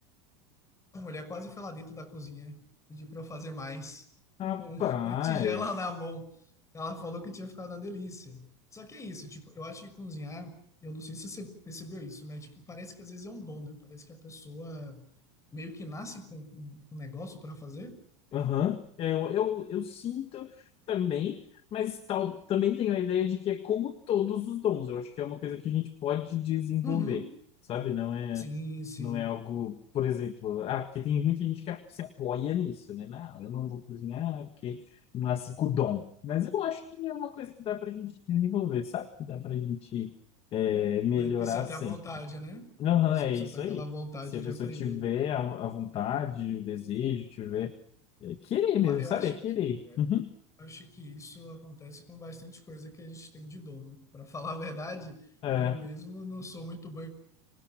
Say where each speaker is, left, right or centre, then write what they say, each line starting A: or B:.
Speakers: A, on the left; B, on the left.
A: a mulher quase foi lá dentro da cozinha pedir para eu fazer mais,
B: Rapaz.
A: com <laughs> uma tigela na mão. Ela falou que tinha ficado uma delícia. Só que é isso, tipo, eu acho que cozinhar, eu não sei se você percebeu isso, mas tipo, parece que às vezes é um dom, né? Parece que a pessoa meio que nasce com um um negócio para fazer.
B: Aham. Eu, eu, eu sinto também, mas tal, também tenho a ideia de que é como todos os dons. Eu acho que é uma coisa que a gente pode desenvolver,
A: Uhum.
B: sabe? Não é,
A: Sim, sim.
B: não é algo, por exemplo, ah, porque tem muita gente que se apoia nisso, né? Não, eu não vou cozinhar porque nasci com o dom. Mas eu acho que é uma coisa que dá pra gente desenvolver, sabe? Que dá pra gente é, melhorar
A: Mas precisa ter
B: sempre.
A: a vontade, né?
B: Aham,
A: A pessoa
B: é
A: precisa
B: isso
A: ter aquela
B: aí.
A: vontade
B: Se a
A: de
B: pessoa
A: aprender.
B: tiver a, a vontade, o desejo, tiver. É Kirei
A: Eu,
B: mesmo,
A: a- eu
B: sabe?
A: acho
B: É Kirei.
A: que é,
B: Uhum.
A: acho que isso acontece com bastante coisa que a gente tem de dom, né? Para falar a verdade,
B: É.
A: eu mesmo não sou muito bem